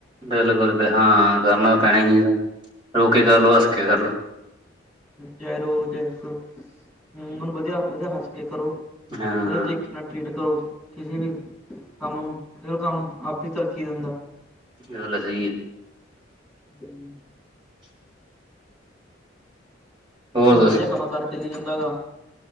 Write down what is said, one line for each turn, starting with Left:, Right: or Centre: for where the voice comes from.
Right: ਬਿਲਕੁਲ ਹਾਂ ਕਰਨਾ ਪੈਣਾ ਹੀ ਆ, ਰੋਕੇ ਕਰਲੋ ਹੱਸ ਕੇ ਕਰਲੋ।
Centre: ਚਾਹੇ ਰੋ ਚ <unintelligible> ਉਹਨੂੰ ਵਧੀਆ ਵਧੀਆ ਹੱਸ ਕੇ ਕਰੋ
Right: ਹਾਂ
Centre: ਵਧੀਆ ਤਰੀਕੇ ਕਿਨਾ ਟ੍ਰੀਟ ਕਰੋ ਕਿਸੇ ਵੀ ਕੰਮ ਨੂੰ ਇਹ ਕੰਮ ਆਪ ਹੀ ਤਰੱਕੀ ਦਿੰਦਾ।
Right: <unintelligible> ਸਹੀ ਹੈ।
Centre: ਹੂੰ।
Right: ਹੋਰ
Centre: ਹੁਣ
Right: ਦੱਸੋ।
Centre: ਵਧੀਆ ਕੰਮ ਕਾਰ ਚਲੀ ਜਾਂਦਾ ਗਾ